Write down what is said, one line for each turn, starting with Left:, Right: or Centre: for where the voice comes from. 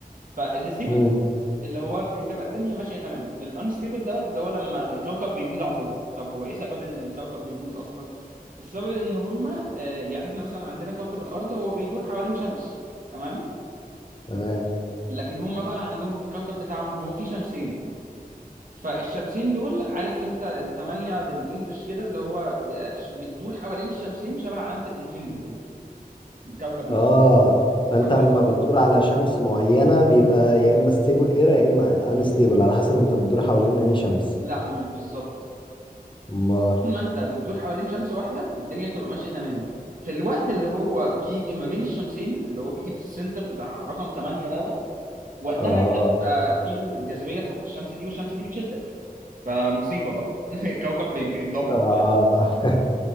Right: فالستيبل
Left: مم.
Right: ده اللي هو بتبقى الدنيا ماشيه تمام الانستيبل دوت اللي هو لما الكوكب بيبوظ عندهم طب هو ايه سبب ان الكوكب بيبوظ اصلا السبب ان هما آه، يعني احنا مثلا عندنا كوكب الارض هو بيدور حوالين شمس تمام
Left: تمام
Right: لكن هما بقى عندهم في الكوكب بتاعهم هو في شمسين فالشمسين دول عارف انت التمانية بالانجلش كده اللي هو ب- بتدور حوالين الشمسين شبه علامة الانفينيتي كده الكوكب نفسه
Left: اه فانت
Right: فف...
Left: اما بتدور على شمس معينة بيبقى يا اما ستيبل ايرا يا اما انستيبل على حسب انت بتدور حوالين انهي شمس
Right: لا مش بالظبط
Left: امال
Right: طول ما انت بتدور حوالين شمس واحده الدنيا بتبقى ماشيه تمام في الوقت اللي هو بيجي ما بين الشمسين اللي هو بيجي في السنتر بتاع رقم 8 دوت وقتها
Left: اه
Right: انت بتبقى في الجاذبيه بتاعت الشمس دي والشمس دي بتشدك فمصيبه بقى <laughs> الكوكب بي- بيتدمر
Left: اه <laughs>